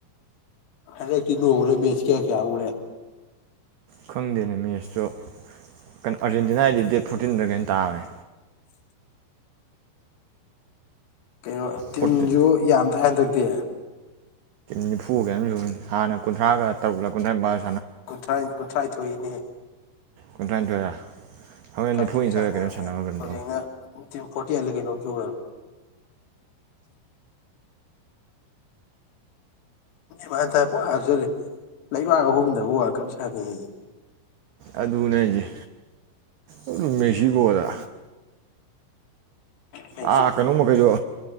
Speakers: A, on the left; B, on the right.
A: ꯑꯔꯦ ꯀꯅ ꯑꯣꯔꯦ ꯃꯦꯆ ꯀ ꯀꯌꯥ ꯎꯔꯦ
B: ꯈꯪꯗꯦꯅꯦ ꯃꯦꯠꯁꯇꯨ ꯀꯩꯅꯣ ꯑꯥꯔꯖꯦꯟꯇꯤꯅꯥꯒꯤꯗꯤ ꯗꯦꯠ ꯐꯣꯔꯇꯤꯟꯗ ꯀꯩꯅꯣ ꯇꯥꯕꯅꯦ
A: ꯀꯩꯅꯣ ꯇꯤꯝꯁꯨ
B: ꯐꯣꯔꯇꯤꯟ
A: ꯌꯥꯝ ꯍꯟꯗꯛꯇꯤ
B: ꯅꯤꯐꯨꯒ ꯁꯨꯅꯤ ꯍꯥꯟꯅ ꯀꯨꯟꯊ꯭ꯔꯥꯒ ꯇꯔꯨꯛꯀ ꯀꯨꯟꯊ꯭ꯔꯥꯝꯄꯥꯟ
A: ꯀꯨꯟꯊꯥꯏ ꯀꯨꯟꯊꯥꯏ ꯊꯣꯛꯏꯅꯦ
B: ꯀꯨꯟꯊꯔꯥꯅꯤꯊꯣꯏꯔꯥ ꯍꯣꯔꯦꯟ
A: ꯀꯨꯟꯊ꯭ꯔꯥꯅꯤꯊꯣꯏ
B: ꯅꯤꯐꯨꯅꯤꯊꯣꯏꯔꯒ
A: ꯁꯥꯟꯅꯔꯕꯅꯦ
B: ꯀꯩꯅꯣ ꯁꯥꯟꯅꯕ ꯀꯩꯅꯣꯗꯣ
A: ꯍꯧꯖꯤꯛꯅ ꯇꯤꯝ ꯐꯣꯔꯇꯤ ꯑꯩꯠꯂꯥ ꯀꯩꯅꯣꯝ ꯁꯨꯈꯔ꯭ꯕꯅꯤ ꯄꯞꯦ ꯂꯩꯕꯥꯛ ꯑꯍꯨꯝꯗꯕꯨ ꯋꯥꯔꯜ ꯀꯝ ꯁꯥꯅꯩꯌ
B: ꯑꯗꯨꯅꯦꯁ ꯑꯗꯨ ꯃꯦꯛꯁꯤꯀꯣꯗ
A: ꯃꯦꯛꯁꯤꯀꯣ
B: ꯑꯥ ꯀꯩꯅꯣ ꯃꯈꯩꯁꯨ